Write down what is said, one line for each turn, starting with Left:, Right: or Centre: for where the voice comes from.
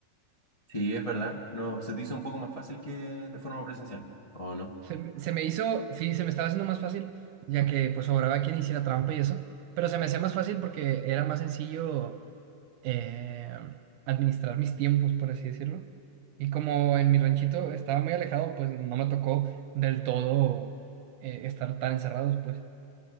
Left: sí, es verdad. No, ¿se te hizo un poco más fácil que de forma presencial, o no?
Right: Se, me se me hizo, sí, se me estaba haciendo más fácil, ya que pues sobraba quien hiciera trampa y eso, pero se me hacía más fácil porque era más sencillo eh, administrar mis tiempos, por así decirlo. Y como en mi ranchito estaba muy alejado, pues no me tocó del todo eh, estar tan encerrados, pues.